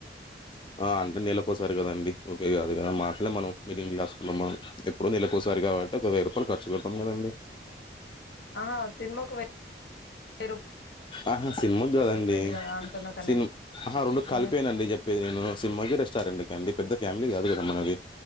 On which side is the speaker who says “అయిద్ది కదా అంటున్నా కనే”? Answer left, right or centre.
Left